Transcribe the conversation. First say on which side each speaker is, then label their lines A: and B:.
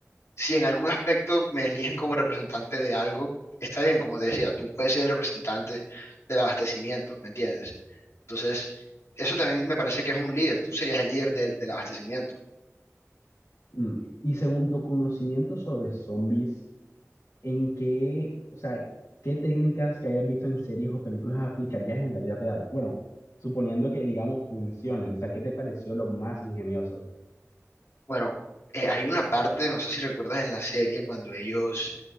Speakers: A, on the left; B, on the left.
A: Si en algún aspecto me eligen como representante de algo, está bien, como te decía, tú puedes ser el representante del abastecimiento, ¿me entiendes? Entonces, eso también me parece que es un líder, tú serías el líder del, del abastecimiento.
B: Mm. Y según tu conocimiento sobre zombies, ¿en qué, o sea, qué técnicas que hayas visto en series o películas aplicarías en la vida real? Bueno, suponiendo que, digamos, funcionen, o sea, ¿qué te pareció lo más ingenioso?
A: Bueno, eh, hay una parte, no sé si recuerdas en la serie, cuando ellos